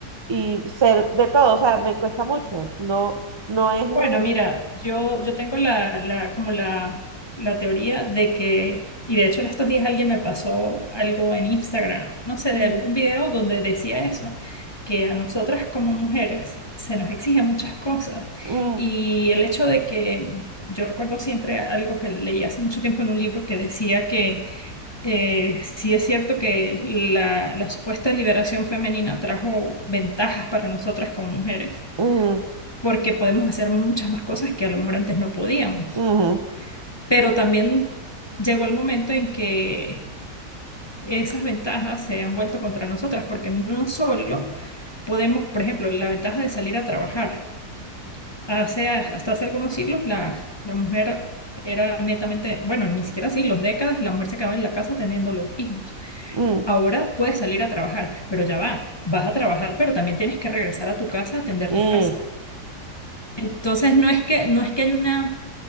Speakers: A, on the right; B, on the left.
A: y ser de todo, o sea, me cuesta mucho, no, no es un...
B: Bueno, mira, yo, yo tengo la, la, como la, la teoría de que, y de hecho en estos días alguien me pasó algo en Instagram, no sé,
A: un-
B: de un video donde decía eso, que a nosotras como mujeres se nos exigen muchas cosas.
A: un-
B: Y el hecho de que, yo recuerdo siempre algo que leí hace mucho tiempo en un libro que decía que eh, sí es cierto que la, la supuesta liberación femenina trajo ventajas para nosotras como mujeres
A: un-
B: porque podemos hacer muchas más cosas que a lo mejor antes no podíamos.
A: ujú,
B: Pero también llegó el momento en que esas ventajas se han vuelto contra nosotras, porque no solo podemos, por ejemplo, la ventaja de salir a trabajar. Hace, hasta hace algunos siglos la, la mujer era netamente, bueno, ni siquiera siglos, décadas, la mujer se quedaba en la casa teniendo los hijos.
A: un-
B: Ahora puedes salir a trabajar, pero ya va, vas a trabajar, pero también tienes que regresar a tu casa a atender
A: un-
B: tu casa. Entonces, no es que, no es que hay una